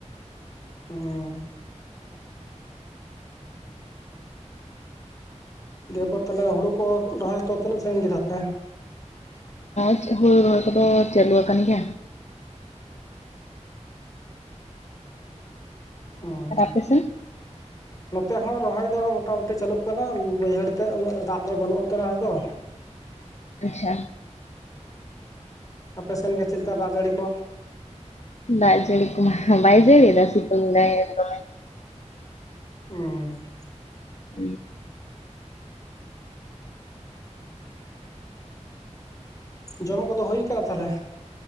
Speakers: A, on the left; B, on the left.
A: ᱚᱻ ᱫᱤᱭᱚᱯᱚᱨ ᱦᱩᱲᱩ ᱠᱚ ᱨᱚᱦᱚᱭ ᱛᱚ ᱛᱤᱱᱟᱹᱜ ᱥᱟᱺᱜᱤᱧ ᱜᱮᱫᱟ ᱯᱮ
B: ᱦᱮ ᱦᱩᱲᱩ ᱨᱚᱦᱚᱭ ᱠᱚᱫᱚ ᱪᱟᱹᱞᱩ ᱟᱠᱟᱱ ᱜᱮᱭᱟ
A: ᱦᱩᱸ
B: ᱟᱨ ᱟᱯᱮ ᱥᱮᱱ
A: ᱱᱚᱛᱮ ᱦᱚᱸ ᱨᱚᱦᱚᱭ ᱫᱚ ᱢᱚᱴᱟᱢᱩᱴᱤ ᱪᱟᱹᱞᱩᱜ ᱠᱟᱱᱟ ᱵᱟᱹᱭᱦᱟᱹᱲ ᱛᱮᱜ ᱩᱱᱟᱹᱜ ᱫᱟᱜ ᱫᱚ ᱵᱟᱹᱱᱩᱜ ᱩᱫᱟᱹᱨ ᱫᱚ
B: ᱟᱪᱪᱷᱟ
A: ᱟᱯᱮ ᱥᱮᱱ ᱜᱮ ᱪᱮᱫ ᱞᱮᱠᱟ ᱫᱟᱜ ᱡᱟᱹᱲᱤ ᱠᱚ
B: ᱫᱟᱜ ᱡᱟᱹᱲᱤ ᱠᱚᱢᱟ ᱵᱟᱭ ᱡᱟᱲᱤ ᱫᱟ ᱥᱤᱛᱩᱝ ᱫᱟᱭ ᱫᱚᱢᱮ
A: ᱩᱸ
B: <inaudible>
A: ᱡᱚᱢ ᱠᱚᱫᱚ ᱦᱩᱭ ᱟᱠᱟᱱᱟ ᱛᱟᱦᱚᱞᱮ